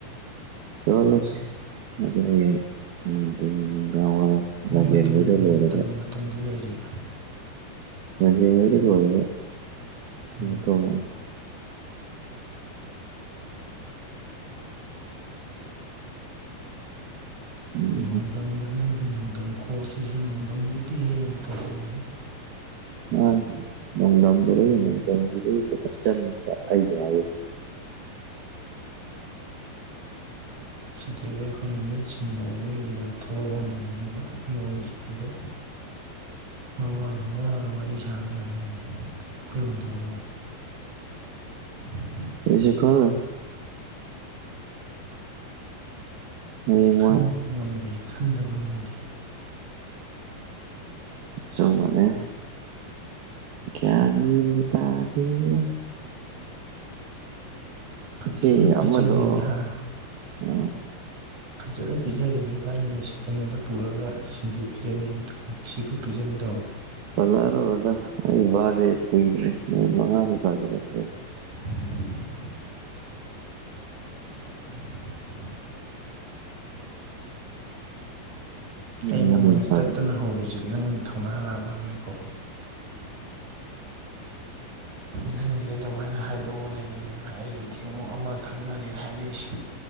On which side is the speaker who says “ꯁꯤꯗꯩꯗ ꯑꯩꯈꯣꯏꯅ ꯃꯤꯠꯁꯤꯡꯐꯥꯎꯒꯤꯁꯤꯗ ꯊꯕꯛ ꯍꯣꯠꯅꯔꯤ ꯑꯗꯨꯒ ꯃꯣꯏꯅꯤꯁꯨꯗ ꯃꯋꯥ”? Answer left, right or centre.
Right